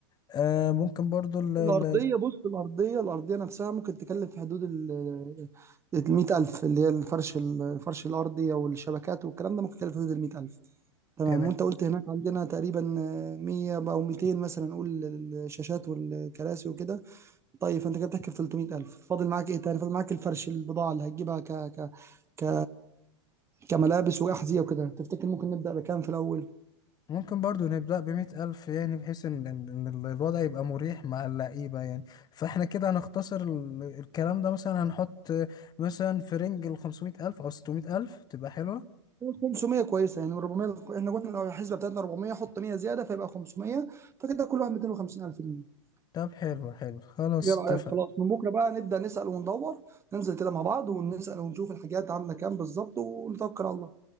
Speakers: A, on the left (about 25°); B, on the right (about 20°).
A: آه ممكن برضو ال ال
B: الأرضية بص الأرضية الأرضية نفسها ممكن تكلف في حدود ال المية ألف اللي هي الفرش الفرش الأرضي أو الشبكات والكلام ده ممكن يكلف في حدود المية ألف تمام
A: تمام
B: وأنت قلت هناك عندنا تقريبا آه، مية أو ميتين مثلا نقول الشاشات والكراسي وكده طيب فانت كده بتحكي في 300000 فاضل معاك ايه تاني فاضل معاك الفرش البضاعه اللي هتجيبها ك ك ك كملابس واحذيه وكده تفتكر ممكن نبدا بكام في الاول
A: ممكن برضو نبدأ بمئة ألف يعني بحيث إن إن- إن ال- الوضع يبقى مريح مع اللعيبة يعني فإحنا كده هنختصر ال- الكلام ده مثلا هنحط آه، مثلا في رينج الخمسمائة ألف أو ستمائة ألف تبقى حلوة
B: 500 كويسه يعني من 400 احنا قلنا لو الحسبه بتاعتنا 400 حط 100 زياده فيبقى 500 فكده كل واحد 250000 جنيه
A: طب حلو حلو خلاص
B: ايه رايك
A: اتفق
B: خلاص من بكره بقى نبدا نسال وندور ننزل كده مع بعض ونسال ونشوف الحاجات عامله كام بالظبط ونتوكل على الله